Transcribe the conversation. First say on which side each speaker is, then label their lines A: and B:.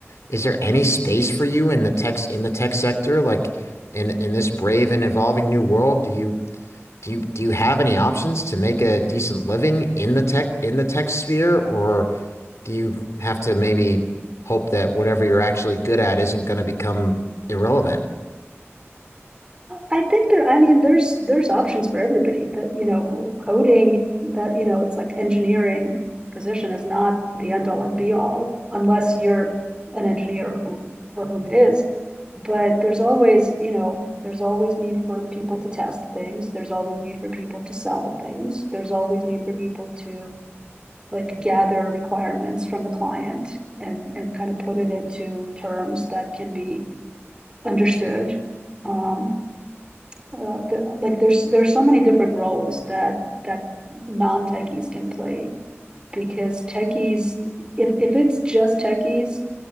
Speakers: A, on the left; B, on the right.
A: is there any space for you in the tech in the tech sector? Like in in this brave and evolving new world, do you do you do you have any options to make a decent living in the tech in the tech sphere, or do you have to maybe hope that whatever you're actually good at isn't going to become irrelevant?
B: I think there, I mean, there's there's options for everybody. That you know, coding that you know, it's like engineering position is not the end all and be all, unless you're an engineer who for whom it is. But there's always, you know, there's always need for people to test things. There's always need for people to sell things. There's always need for people to like gather requirements from the client and and kind of put it into terms that can be understood. Um, uh, the, like there's there's so many different roles that that non techies can play because techies if if it's just techies